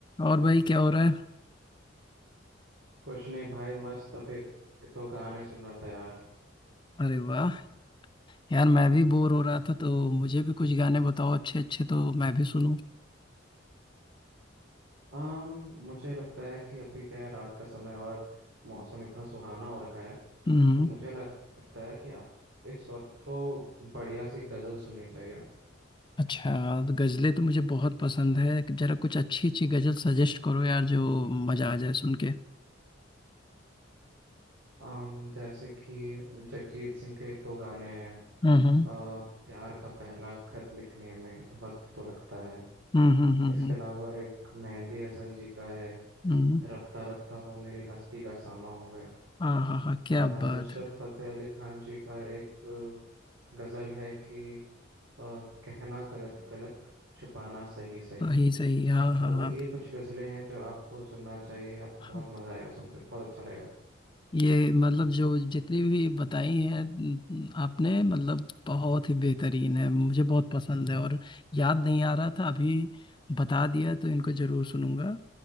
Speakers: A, on the left; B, on the right.
A: और भाई क्या हो रहा है
B: कुछ नहीं भाई मस्त अभी तो गाने सुन रहा था यार
A: अरे वाह यार मैं भी बोर हो रहा था तो मुझे भी कुछ गाने बताओ अच्छे अच्छे तो मैं भी सुनूं
B: आम मुझे लगता है कि अभी क्या है रात का समय और मौसम इतना सुहाना हो रखा है
A: हम्म
B: तो मुझे लग- लगता है कि आप इस वक्त तो बढ़िया सी गजल सुननी चाहिए
A: अच्छा तो गजलें तो मुझे बहुत पसंद है जरा कुछ अच्छी अच्छी गजल सजेस्ट करो यार जो मजा आ जाए सुन के
B: आम जैसे कि जगजीत सिंह के एक दो गाने हैं
A: हम्म हम्म
B: आ, प्यार का पहला खत लिखने में वक्त तो लगता है
A: हम्म हम्म हम्म
B: इसके
A: हम्म,
B: अलावा एक मेहंदी हसन जी का है
A: हम्म।
B: रफ्ता रफ्ता वो मेरी हस्ती का सामा हो गए
A: हाँ हाँ हाँ क्या
B: अ,
A: बात
B: नुसरत
A: है
B: फतेह अली खान जी का एक अ, गज़ल है कि अ, कहना गलत गलत छुपाना सही सही
A: सही सही हाँ
B: तो
A: हाँ
B: ये कुछ गज़लें हैं जो आपको सुनना चाहिए आपको
A: हाँ
B: बहुत मज़ा आएगा सुन के बहुत अच्छा लगेगा
A: ये मतलब जो जितनी भी बताई हैं न- आपने मतलब बहुत ही बेहतरीन है मुझे बहुत पसंद है और याद नहीं आ रहा था अभी बता दिया तो इनको जरूर सुनूंगा